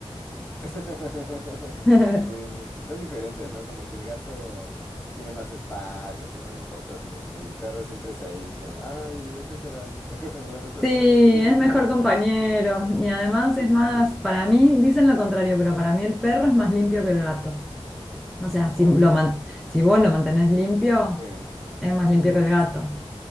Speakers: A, on the left (about 25°); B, in the centre.
A: <laughs>
B: <laughs>
A: Sí, sí. Son diferentes, ¿no? Como que el gato tiene más su espacio, así no le importas mucho. Y el perro siempre es ahí, como, ay, hay que hacer algo. <laughs> Abrázame,
B: Sí,
A: o así. <laughs>
B: es mejor compañero y además
A: Sí,
B: es más,
A: sí, sí.
B: para mí, dicen lo contrario, pero para mí el perro es más limpio que el gato. O sea, si,
A: Oye.
B: lo man- si vos lo mantenés limpio,
A: Sí,
B: es más limpio
A: sí, bu-
B: que el gato.